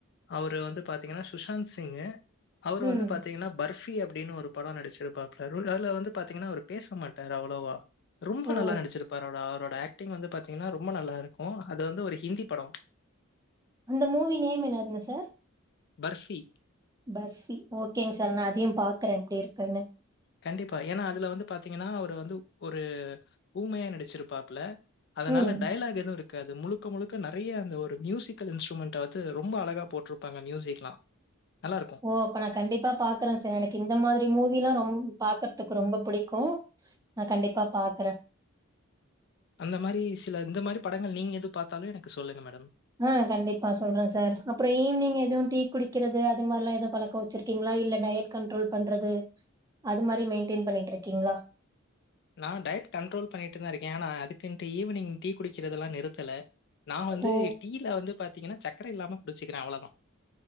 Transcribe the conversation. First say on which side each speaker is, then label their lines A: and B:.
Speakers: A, on the left; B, on the right.
A: அவரு வந்து பார்த்திங்கன்னா சுஷாந்த் சிங்கு அவுரு வந்து
B: ம்
A: பாத்திங்கன்னா பர்பி அப்டின்னு ஒரு படோ நடிச்சிருப்பாப்புல ரோ அதுல வந்து பாத்திங்ன்னா அவரு பேச மாட்டாரு அவ்ளோவா ரொம்ப
B: ஓ
A: நல்லா நடிச்சிருப்பாரு அவரோட ஆக் ஆக்ட்டிங் வந்து பாத்திங்ன்னா ரொம்ப நல்லா இருக்கு அது வந்து ஒரு ஹிந்தி படோ
B: அந்த மூவி நேம் என்னதுங்க சார்
A: பர்ஃவி
B: பர்ஃவி ஓகேங் சார் நா அதையு பாக்குற எப்டி இருக்குன்னு
A: கண்டிப்பா ஏன்னா அதுல வந்து பாத்திங்கன்னா அவரு வந்து ஒரு ஊமையா நடிச்சிருப்பாப்புல அதனால
B: ம்
A: டயலாக் எதுவுருக் காது முழுக்க முழுக்க நறைய அந்த ஒரு மியூசிக்கல் இன்ஸ்ட்ருமெண்ட் அது ரொம்ப அழகா போட்ருப்பாங்க மியூசிக்லா நல்லாருக்கு
B: ஓ அப்ப நா கண்டிப்பா பாக்குறே சார் எனக் இந்த மாத்ரி மூவில்லா ரொம் பாக்கற்துக்கு ரொம்ப புடிக்கு நா கண்டிப்பா பாக்குறெ
A: அந்த மாரி சில இந்த மாரி படங்கள் நீங்க எது பாத்தாலு எனக்கு சொல்லுங்க மேடம்
B: அ கண்டிப்பா சொல்றெ சார் அப்றோ ஈவ்னிங் எதுவு டீ குடிக்கிறது அது மாரிலா எது பழ க்கோ வச்சிருக்கீங்ளா இல்ல டயட் கண்ட்ரோல் பண்றது அது மாரி மெயின்டெய்ன் பண்ணிட்ருக்கீங்ளா
A: நா டயட் கண்ட்ரோல் பண்ணிட்டு தாருக்கே ஆனா அதுக்குன்ட்டு ஈவ்னிங் டீ குடிக்கிறதெல்லா நிறுத்தல நா வந்து
B: ஓ
A: டீ ல வந்து பாத்தீங்கன்னா சக்கர இல்லாம குடிச்சுக்கிறே அவ்ளதா